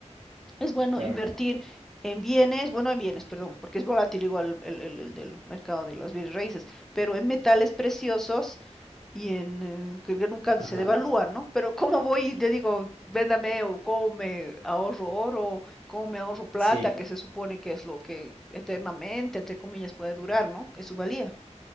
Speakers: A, in the centre; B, on the right.
A: es bueno
B: claro.
A: invertir en bienes, bueno, en bienes, perdón, porque es volátil igual el, el- el del mercado de los bienes raíces, pero en metales preciosos y en eh, que nunca se
B: Ajá.
A: devalúan, ¿no? Pero ¿cómo voy y te digo, véndame o cómo me ahorro oro, cómo me ahorro plata,
B: Sí.
A: que se supone que es lo que eternamente, entre comillas, puede durar, ¿no? Es su valía.